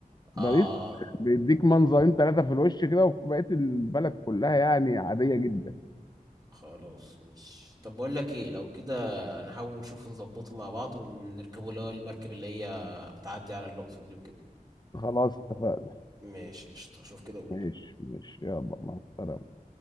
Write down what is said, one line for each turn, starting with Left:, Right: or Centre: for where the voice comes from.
Left: باريس
Right: اه
Left: بيديك منظرين ثلاثه في الوش كده وبقيه البلد كلها يعني عاديه جدا
Right: خلاص مش طب بقول لك ايه لو كده نحاول نشوف نظبطه مع بعض ونركبه اللي هو المركب اللي هي بتعدي على الاقصر دي وكده
Left: خلاص اتفقنا
Right: ماشي قشطه شوف كده وقول
Left: ماشي ماشي يلا مع السلامه